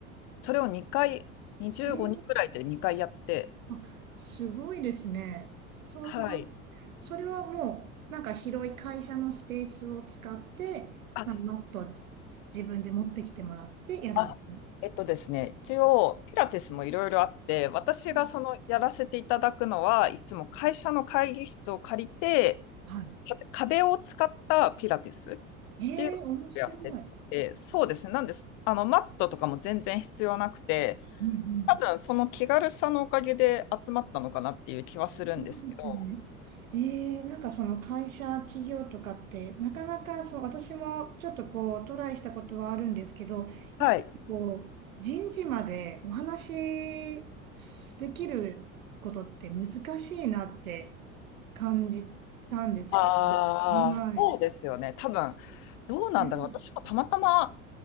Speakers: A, on the left; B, on the right.
A: それを2回、25人ぐらいで2回やって、
B: えーあ、すごいですね。そんな、
A: はい。
B: それはもう、なんか広い会社のスペースを使って、
A: あ、
B: まあ、マット自分で持ってきてもらってやるんです。
A: あ、えっとですね、一応、ピラティスもいろいろあって、私がそのやらせていただくのは、
B: うん。
A: いつも会社の会議室を借りて、
B: は
A: か壁を使ったピラティスっ
B: い。ええ、
A: ていうのをやってて、
B: 面白い。
A: そうですね、なんです。あの、マットとかも全然必要なくて、
B: うんうん。
A: 多分その気軽さのおかげで集まったのかなっていう気はするんですけど、
B: そうですよね。ええ、なんかその会社、企業とかって、なかなかそう、私もちょっとこう、トライしたことはあるんですけど、やっぱりこう、
A: はい。
B: 人事までお話しできることって難しいなって感じたんですけど。
A: ああ、
B: はい。
A: そうですよね。多分、どうなんだろう。
B: ね
A: 私もたまたま